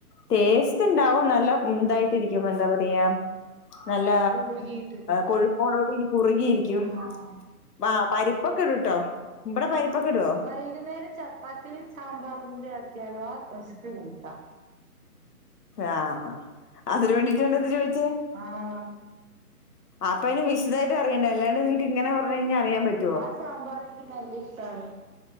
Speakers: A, on the left; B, on the right.
A: ടേസ്റ്റ് ഉണ്ടാവും നല്ല ഇതായിട്ടിരിയ്ക്കും എന്താ പറയാ നല്ല
B: കുറുകിയിട്ട്
A: കൊഴുപ്പോടോടി കുറുകിയിരിയ്ക്കും
B: ആഹ്
A: ആഹ് പരിപ്പൊക്കെ ഇടുട്ടോ ഇവടെ പരിപ്പൊക്കെ ഇടോ
B: വൈകുന്നേരം ചപ്പാത്തിയും സാമ്പാറും കൂടി ആക്കിയാലും ആ ക്രശ് ല് കൂട്ടാ
A: ആഹ് ആഹ് അതിന് വേണ്ടിട്ടാണൊ ഇത് ചോയ്ച്ചേ
B: ആഹ്
A: അപ്പൊ അന് വിശദായിട്ട് അറിയണ്ടേ അല്ലാണ്ട് നിനക്ക് ഇങ്ങനെ പറഞ്ഞു കഴിഞ്ഞാ അറിയാൻ പറ്റും.
B: ആ സാമ്പാർ എനിക്ക് നല്ല ഇഷ്ടമാണ്